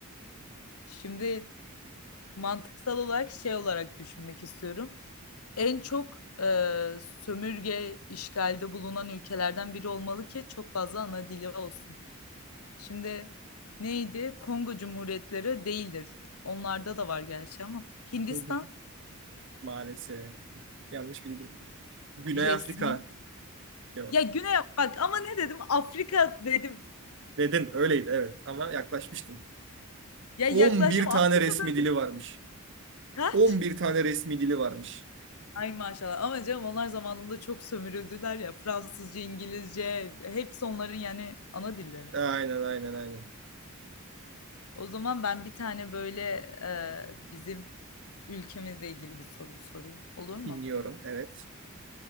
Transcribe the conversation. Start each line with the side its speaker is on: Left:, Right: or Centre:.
Left: Şimdi mantıksal olarak şey olarak düşünmek istiyorum. En çok e, sömürge işgalde bulunan ülkelerden biri olmalı ki çok fazla ana dili olsun. Şimdi neydi? Kongo Cumhuriyetleri değildir. Onlarda da var gerçi ama. Hindistan
Right: Hı hı. Maalesef. Yanlış bildim. Güney
Left: resmi.
Right: Afrika cevap.
Left: Ya Güney bak ama ne dedim? Afrika dedim.
Right: Dedin öyleydi evet ama yaklaşmıştın.
Left: Ya yaklaştım
Right: 11
Left: Afrika
Right: tane resmi
Left: bölgesi
Right: dili varmış.
Left: kaç?
Right: 11 tane resmi dili varmış.
Left: Ay maşallah ama canım onlar zamanında çok sömürüldüler ya. Fransızca, İngilizce hepsi onların yani ana dilleri.
Right: Aynen aynen aynen.
Left: O zaman ben bir tane böyle e, bizim ülkemizle ilgili bir soru sorayım. Olur mu?
Right: Dinliyorum evet.